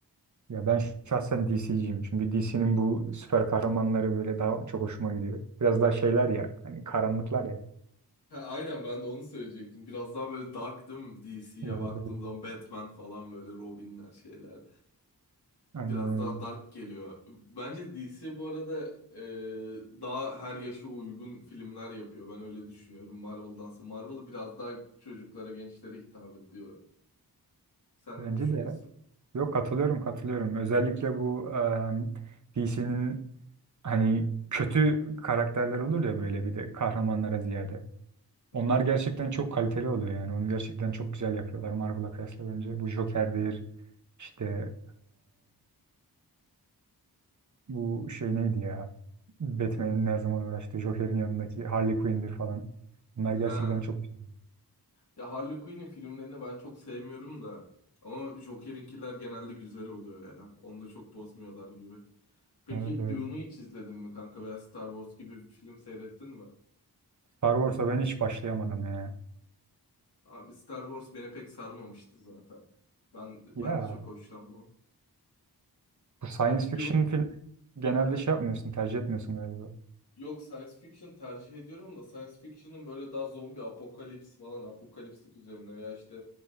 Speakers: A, on the right (about 50°); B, on the left (about 90°).
A: Ya ben şahsen DC'ciyim. Çünkü DC'nin bu süper kahramanları böyle daha çok hoşuma gidiyor. Biraz daha şeyler ya, hani karanlıklar ya.
B: Ha, aynen ben de onu söyleyecektim. Biraz daha böyle dark değil mi? DC'ye
A: Evet,
B: baktığım
A: evet.
B: zaman Batman falan böyle Robin'ler şeyler.
A: Aynen
B: Biraz
A: öyle.
B: daha dark geliyor. Bence DC bu arada e, daha her yaşa uygun filmler yapıyor. Ben öyle düşünüyorum Marvel'dansa. Marvel biraz daha çocuklara, gençlere hitap ediyor. Sen
A: Bence
B: ne düşünüyorsun?
A: de ya. Yok katılıyorum katılıyorum. Özellikle bu DC'nin hani kötü karakterler olur ya böyle bir de kahramanlara ziyade.
B: Hı
A: Onlar
B: hı.
A: gerçekten çok kaliteli oluyor yani. Onu gerçekten çok güzel yapıyorlar Marvel'a kıyasla bence. Bu Joker'dir. İşte Bu şey neydi ya? Batman'in
B: Ney?
A: ne zaman uğraştığı Joker'in yanındaki Harley Quinn'dir falan. Bunlar
B: Ha.
A: gerçekten çok güzel.
B: Ya Harley Quinn'in filmlerini ben çok sevmiyorum da. Ama Joker'inkiler genelde güzel oluyor ya. Onu da çok bozmuyorlar gibi. Peki
A: Evet evet.
B: Dune'u hiç izledin mi kanka veya Star Wars gibi bir film seyrettin mi?
A: Star Wars'a ben hiç başlayamadım ya.
B: Abi Star Wars beni pek sarmamıştı zaten. Ben
A: Ya
B: ben de çok hoşlanmam.
A: bu science
B: Peki
A: fiction
B: Dune?
A: film genelde
B: hı
A: şey yapmıyorsun, tercih etmiyorsun galiba.
B: Yok science fiction tercih ediyorum da science fiction'ın böyle daha zombi apokalips falan apokaliptik üzerine veya işte